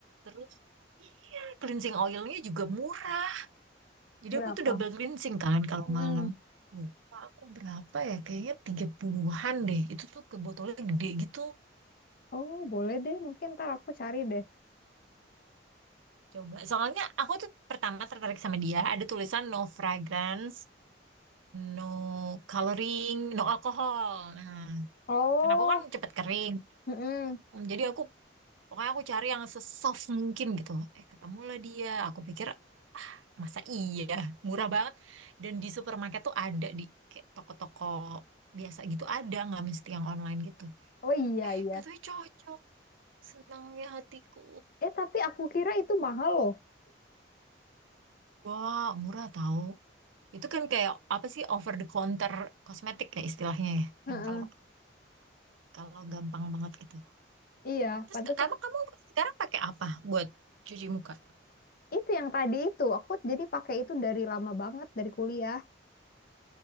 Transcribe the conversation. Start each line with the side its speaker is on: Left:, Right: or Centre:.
Right: Terus iya, cleansing oilnya juga murah. Jadi
Left: berapa?
Right: aku tuh double cleansing kan kalau
Left: Mm.
Right: malam. Lupa aku berapa ya? Kayaknya 30-an deh. Itu tuh ke botolnya gede gitu.
Left: Oh, boleh deh. Mungkin ntar aku cari deh.
Right: Coba, soalnya aku tuh pertama tertarik sama dia, ada tulisan no fragrance no coloring, no alkohol. Nah,
Left: Oh,
Right: karena aku kan cepet kering.
Left: mm-mm.
Right: Hmm, Jadi aku pokoknya aku cari yang sesoft mungkin gitu. Eh, ketemulah dia. Aku pikir masa iya, murah banget. Dan di supermarket tuh ada di kayak toko-toko biasa gitu ada, nggak mesti yang online gitu.
Left: Oh iya,
Right: Eh,
Left: iya.
Right: gitu cocok. Senangnya hatiku.
Left: Eh, tapi aku kira itu mahal loh.
Right: Wah, murah tahu. Itu kan kayak apa sih over the counter kosmetik ya istilahnya ya.
Left: Heeh.
Right: Yang kalau kalau gampang banget gitu.
Left: Iya,
Right: Terus
Left: pantesan.
Right: ka- kamu kamu sekarang pakai apa buat cuci muka?
Left: Itu yang tadi itu. Aku jadi pakai itu dari lama banget, dari kuliah.